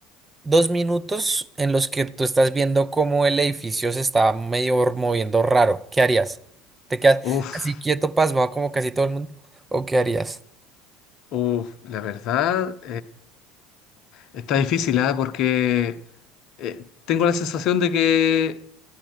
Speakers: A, on the right; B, on the left.
A: dos minutos en los que tú estás viendo cómo el edificio se está medio moviendo raro. ¿Qué harías? ¿Te quedas
B: Uf,
A: así quieto, pasmado como casi todo el mundo? ¿O qué harías?
B: uf, la verdad, Está difícil, ¿ah? Porque eh, tengo la sensación de que